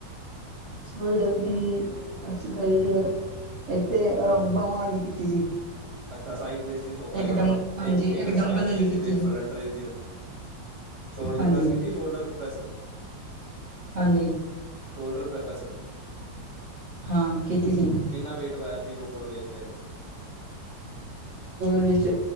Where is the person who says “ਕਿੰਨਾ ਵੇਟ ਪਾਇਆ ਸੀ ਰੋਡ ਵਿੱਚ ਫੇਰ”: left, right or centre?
Right